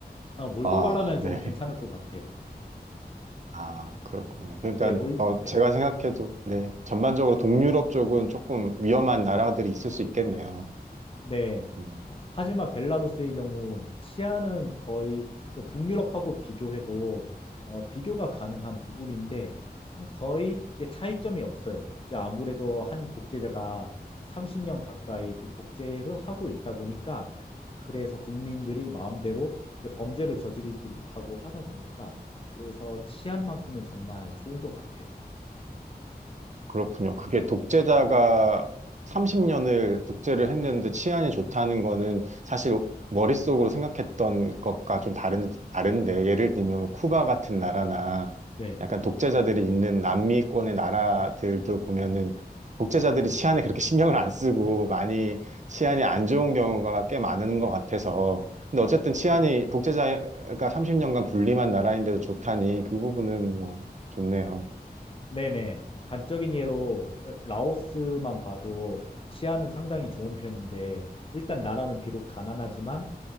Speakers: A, on the left; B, on the right.
A: 아, 몰도바라면
B: 아,
A: 좀
B: 네.
A: 괜찮을 것 같아요.
B: 아, 그렇군요. 그러니까
A: 네, 몰,
B: 어
A: 네.
B: 제가 생각해도 네. 전반적으로 동유럽 쪽은 조금 위험한 나라들이 있을 수 있겠네요.
A: 네.
B: 음.
A: 하- 지만 벨라루스의 경우 치안은 거의 북유럽하고 비교해도 어, 비교가 가능한 부분인데 어, 거의 예, 차이점이 없어요. 이제 아무래도 한 독재자가 30년 가까이 그 독재를 하고 있다 보니까 그래서 국민들이 마음대로 범죄를 저지르지 못하고 하다 보니까 그래서 치안만큼은 정말 좋은 것 같아요.
B: 그렇군요. 그게 독재자가 30년을 독재를 했는데 치안이 좋다는 거는 사실 머릿속으로 생각했던 것과 좀 다른, 다른데, 예를 들면 뭐 쿠바 같은 나라나
A: 네.
B: 약간 독재자들이 있는 남미권의 나라들도 보면은 독재자들이 치안에 그렇게 <laughs> 신경을 안 쓰고 많이 치안이 안 좋은 경우가 꽤 많은 것 같아서. 근데 어쨌든 치안이 독재자가 30년간 군림한 나라인데도 좋다니 그 부분은 뭐 좋네요.
A: 네네. 단적인 예로 라오스만 봐도 치안은 상당히 좋은 편인데 일단 나라는 비록 가난하지만